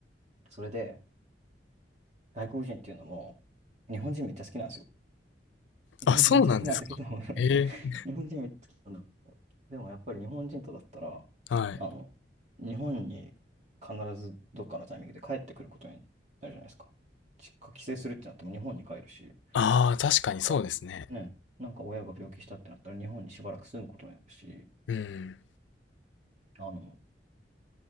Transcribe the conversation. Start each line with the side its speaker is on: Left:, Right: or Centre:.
Right: それで外国人っていうのも日本人めっちゃ好きなんですよ。日本人めっちゃ好きなんだけど
Left: あ、そうなんですか。ええ、
Right: <laughs> 日本人めっちゃ好きなんだけどでもやっぱり日本人とだったら、
Left: はい。
Right: あの、日本に必ずどっかのタイミングで帰ってくることになるじゃないですか。実家帰省するってなっても日本に帰るし、
Left: ああ、確かにそうですね。
Right: なんかね、なんか親が病気したってなったら日本にしばらく住むことになるし、
Left: うん。
Right: あの、